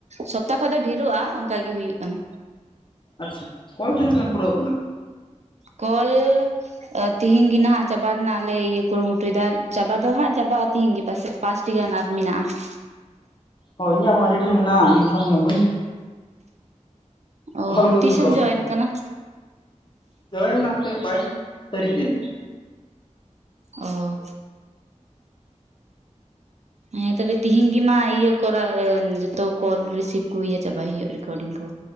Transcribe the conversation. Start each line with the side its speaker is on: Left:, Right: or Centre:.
Right: ᱥᱚᱯ ᱚᱠᱟ ᱠᱷᱚᱡ ᱫᱚ ᱰᱷᱤᱨᱚᱜᱼᱟ ᱚᱝᱠᱟ ᱜᱮ ᱦᱩᱭᱩᱜ ᱠᱟᱱᱟ᱾
Left: ᱟᱪᱪᱷᱟ ᱠᱚᱞ ᱛᱤᱱᱟᱹᱜ-ᱜᱟᱱ ᱯᱩᱨᱟᱹᱣ ᱠᱟᱱᱟ?
Right: ᱠᱚᱞ ᱛᱤᱦᱮᱧ ᱜᱮ ᱱᱟᱦᱟᱜ ᱪᱟᱵᱟ ᱨᱮᱱᱟᱜ ᱞᱮ ᱤᱭᱟᱹ ᱠᱩᱨᱩᱢᱩᱴᱩᱭᱫᱟ ᱾ ᱪᱟᱵᱟ ᱫᱚ ᱦᱟᱸᱜ ᱪᱟᱵᱟᱜᱼᱟ ᱛᱤᱦᱤᱧ ᱜᱮ ᱯᱟᱥᱮᱡ ᱯᱟᱸᱥᱴᱤ ᱜᱟᱱ ᱟᱨ ᱢᱮᱱᱟᱜᱼᱟ ᱾
Left: ᱦᱚᱸ ᱤᱧᱟᱜ ᱢᱟ ᱟᱰᱤ ᱰᱷᱮᱨ ᱢᱮᱱᱟᱜᱼᱟ, ᱱᱤᱛ ᱦᱚᱸ ᱤᱧ ᱢᱟ ᱵᱟᱹᱧ
Right: ᱚ
Left: ᱠᱚᱞ ᱜᱮ
Right: ᱛᱤᱥᱮᱢ
Left: ᱵᱟᱹᱧ ᱠᱚᱞ
Right: ᱡᱚᱭᱮᱱ
Left: ᱠᱟᱜ ᱢᱟ
Right: ᱠᱟᱱᱟ?
Left: ᱡᱚᱭᱮᱱ ᱫᱚ ᱦᱟᱯᱮ ᱵᱟᱭᱤᱥ ᱥᱟᱹᱨᱤᱠᱷ ᱡᱟᱱᱤᱡ
Right: ᱚᱻ ᱦᱮᱸ ᱛᱚᱵᱮ ᱛᱤᱦᱤᱧ ᱜᱮ ᱢᱟ ᱤᱭᱟᱹ ᱠᱚᱨᱟᱣ ᱮᱱ ᱡᱚᱛᱚ ᱠᱚᱞ ᱨᱤᱥᱤᱵᱷ ᱠᱚ ᱤᱭᱟᱹ ᱪᱟᱵᱟᱭ ᱦᱳᱭᱳᱜᱼᱟ, ᱨᱮᱠᱚᱨᱰᱤᱝ ᱠᱚ᱾